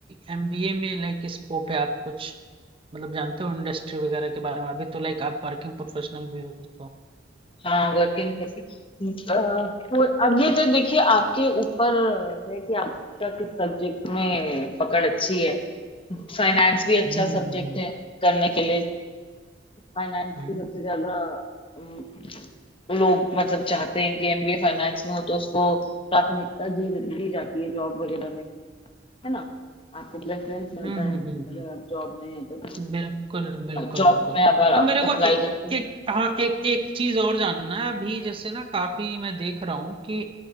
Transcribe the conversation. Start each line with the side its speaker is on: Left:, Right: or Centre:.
Right: एमबीए में लाइक स्कोप है आप कुछ मतलब जानते हो इंडस्ट्री वगैरह के बारे में अभी तो लाइक आप वर्किंग प्रोफेशनल भी हो तो
Left: हाँ वर्किंग कैसे अ, तो अब ये तो देखिए आपके ऊपर है कि आपका किस सब्जेक्ट में पकड़ अच्छी है फाइनेंस भी अच्छा
Right: हम्म हम्म
Left: सब्जेक्ट
Right: हम्म
Left: है करने के लिए फाइनेंस
Right: हम्म
Left: की सबसे ज्यादा अम, लोग मतलब चाहते हैं कि एमबीए फाइनेंस में हो तो उसको प्राथमिकता दी दी जाती है जॉब वगैरह में है ना आपको प्रेफरेंस मिलता
Right: हम्म
Left: है
Right: हम्म, हम्म,
Left: अगर आप जॉब में हैं तो
Right: बिल्कुल बिल्कुल
Left: जॉब
Right: बिल्कुल
Left: में अगर
Right: तो
Left: आप
Right: मेरे
Left: अप्लाई
Right: को ए,
Left: करते हैं
Right: एक हाँ एक एक चीज और जानना है अभी जैसे ना काफी मैं देख रहा हूँ कि